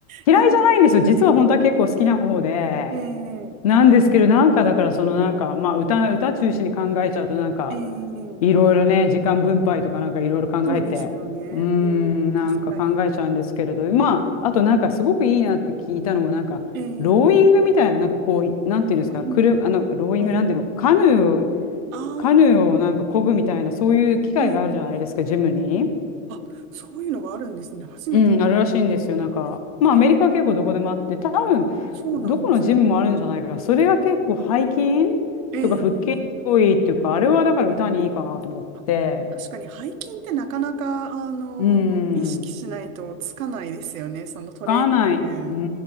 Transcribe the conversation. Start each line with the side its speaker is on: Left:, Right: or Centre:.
Left: 嫌いじゃないんですよ。
Right: や、でも
Left: 実は本当は結構好きな方で。
Right: ええ
Left: なんですけど、なんかだから、そのなんか、まあ歌、歌中心に考えちゃうと、なんか、
Right: ええ
Left: いろいろね、時間分配とかなんかいろいろ考えて、
Right: そうですよね。
Left: うーん、
Right: うーん、
Left: なんか考えちゃうんですけれど、
Right: 確かに。
Left: まあ、あとなんかすごくいいなって聞いたのは、なんか、
Right: ええ
Left: ローイングみたいな、なんかこう、なんていうんですか、
Right: ボーイング。
Left: くあの、ローイングなんていうの、
Right: はい。
Left: カヌーを、
Right: ああ、
Left: カヌーをなんか漕ぐみたいな、そういう機械があるじゃないですか、
Right: ええ
Left: ジムに。
Right: あ、そういうのがあるんですね。初めて聞いたかもしれないです。
Left: うん、あるらしいんですよ。なんか、まあ、
Right: ええ
Left: アメリカは結構どこでもあって、多分、
Right: そうなんですね。
Left: どこのジムもあるんじゃないかな。それが結構背筋
Right: ええ
Left: とか腹筋にすごいっていうか、あれはだから歌にいいかなと思って。
Right: あ、確かに背筋ってなかなか、あの、
Left: うん。
Right: 意識しないとつかないですよね。そのトレーニング。
Left: がない。うー